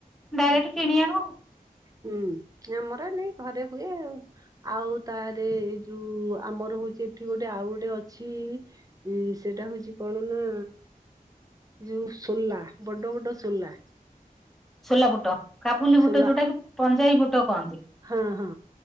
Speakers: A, in the centre; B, on the right.
A: ଡାଇରେକ୍ଟ
B: ହୁଁ ହଁ
A: କିଣି ଆଣୁ ଆଉ
B: ହୁଁ ଆମର ନାଇ ଘରେ ହୁଏ ଆଉ। ଆଉ ତାରେ ଏଇ ଯୋଉ ଆମର ହଉଛି, ଏଠି ଗୋଟେ ଆଉ ଗୋଟେ ଅଛି ଇଁ ସେଟା ହଉଛି କଣ ନା ଯୋଉ ସୋଲା, ବଡ ବଡ ସୋଲା
A: ସୋଲା ବୁଟ, କାବୁଲି
B: ସୋଲା
A: ବୁଟ ଯୋଉଟାକି ପଞ୍ଜାଇ ବୁଟ କହନ୍ତି
B: ହଁ ହଁ